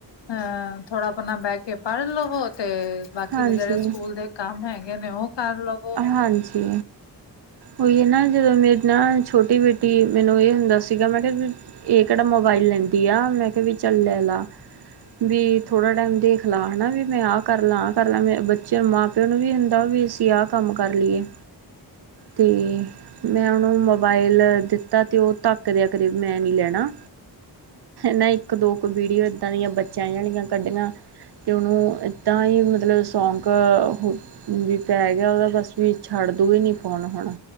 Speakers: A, on the left; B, on the right.
A: ਹਾਂ ਥੋੜਾ ਆਪਣਾ ਬੈ ਕੈ ਪੜ ਲਵੋ ਤੇ, ਬਾਕੀ
B: ਹਾਂਜੀ
A: ਦੇ ਜਿਹੜੇ ਸਕੂਲ ਦੇ ਕੰਮ ਹੋਏ ਗੇਨੇ ਉਹ ਕਰ ਲਵੋ,
B: ਹਾਂਜੀ। ਉਹੀ ਹੈ ਨਾ, ਜਦੋਂ ਮੇਰੀ ਨਾ ਛੋਟੀ ਬੇਟੀ ਮੈਨੂੰ ਇਹ ਹੁੰਦਾ ਸੀਗਾ, ਮੈਂ ਕਿਹਾ ਇਹ ਕਿਹੜਾ ਮੋਬਾਈਲ ਲੈਂਦੀ ਆ, ਮੈਂ ਕਿਹਾ ਵੀ ਚੱਲ ਲੈ ਲਾ, ਵੀ ਥੋੜਾ ਟਾਈਮ ਦੇਖ ਲਾ ਹਨਾ ਵੀ ਮੈਂ ਆਹ ਕਰ ਲਾ- ਆਹ ਕਰ ਲਾ ਮੈਂ ਬੱਚੇ ਮਾਂ, ਪੇ ਨੂੰ ਵੀ ਹੁੰਦਾ ਵੀ ਅਸੀਂ ਆਹ ਕੰਮ ਕਰ ਲਈਏ, ਤੇ ਮੈਂ ਉਹਨੂੰ ਮੋਬਾਇਲ ਲੈ ਦਿੱਤਾ ਤੇ ਉਹ ਤੱਕ ਦੇ ਆ ਕਰੇ ਮੈਂ ਨੀ ਲੈਣਾ, ਨਾ ਇੱਕ- ਦੋ ਕੁ ਵੀਡੀਓ ਏਦਾਂ ਦੀਆਂ ਬੱਚਿਆਂੀਆਂ ਕੱਢੀਆਂ, ਤੇ ਉਹਨੂੰ ਤਾਂ ਹੀ ਮਤਲਬ ਸੌਂਕ ਹੁੰਜ ਪੈ, ਯਾਂ ਉਹਦਾ ਬਸ ਵੀ ਛੱਡ ਦੀ ਵੀ ਨੀ ਫੋਨ ਹਣਾ,